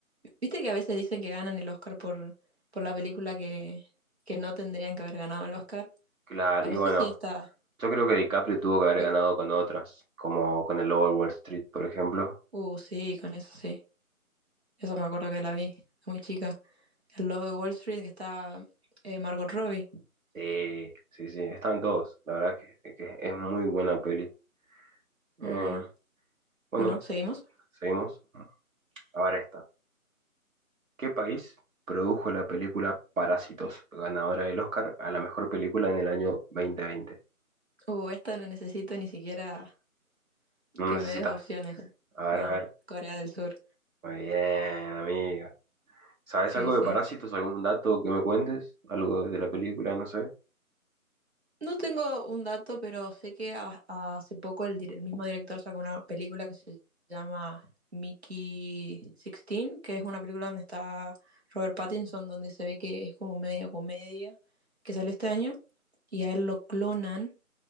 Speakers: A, on the right; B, on the right.
A: Viste que a veces dicen que ganan el Oscar por, por la película que, que no tendrían que haber ganado el Oscar.
B: claro,
A: O no
B: y bueno,
A: sé si esta.
B: yo creo que DiCaprio tuvo que haber
A: fue-
B: ganado con otras, como con el Lobo de Wall Street, por ejemplo.
A: Uh, sí, con eso sí. Esa me acuerdo que la vi, muy chica. El lobo de Wall Street, que está eh, Margot Robbie.
B: Sí, sí, sí, estaban todos, la verdad que, que es muy buena peli. Eh,
A: Muy bueno.
B: bueno,
A: Bueno, seguimos.
B: seguimos. Ahora esta. ¿Qué país produjo la película Parásitos, ganadora del Oscar a la mejor película en el año 2020?
A: Uh, esta no necesito ni siquiera
B: No
A: que
B: necesitas.
A: me des opciones.
B: A ver,
A: No,
B: a ver.
A: Corea del Sur.
B: Muy bien, amiga. ¿Sabes
A: Sí,
B: algo
A: sí.
B: de Parásitos? ¿Algún dato que me cuentes? ¿Algo de la película? No sé. ¿En
A: No tengo un dato, pero sé que a- hace poco el, dir- el mismo director sacó una película que se llama Mickey 16, que es una película donde está Robert Pattinson, donde se ve que es como media comedia, que salió este año, y a él lo clonan